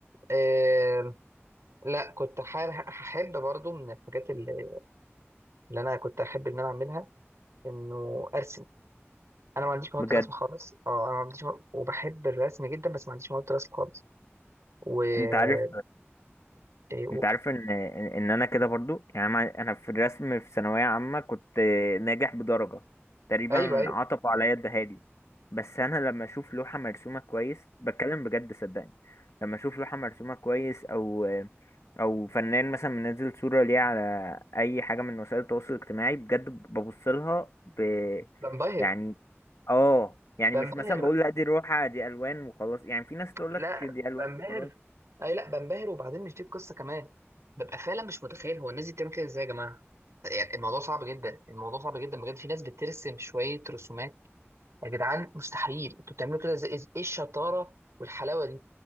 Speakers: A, on the right (about 85°); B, on the left (about 85°).
A: آه لا كنت حابب احب برضو من الحاجات اللي اللي انا كنت احب ان انا اعملها انه ارسم انا ما عنديش مهاره
B: بجد
A: الرسم خالص اه انا ما عنديش مه... وبحب الرسم جدا بس ما عنديش مهاره الرسم خالص و إيه
B: انت عارف
A: اقول
B: انت عارف ان ان إن انا كده برضو يعني انا أنا في الرسم في ثانويه عامه كنت ناجح بدرجه تقريبا
A: ايوه ايوه
B: عطفوا عليا الدهالي بس انا لما اشوف لوحه مرسومه كويس بتكلم بجد صدقني لما اشوف لوحه مرسومه كويس او او فنان مثلا منزل صوره ليه على اي حاجه من وسائل التواصل الاجتماعي بجد ببص لها ب
A: بنبهر
B: يعني اه يعني
A: بنبهر
B: مش مثلا بقول لا دي روحه دي الوان وخلاص يعني في ناس تقول
A: لا
B: لك دي الوان
A: بنبهر
B: وخلاص
A: اي لا بنبهر وبعدين مش دي القصه كمان ببقى فعلا مش متخيل هو الناس دي بتعمل كده ازاي يا جماعه يعني الموضوع صعب جدا الموضوع صعب جدا بجد في ناس بترسم شويه رسومات يا جدعان مستحيل انتوا بتعملوا كده ازاي ايه الشطاره والحلاوه دي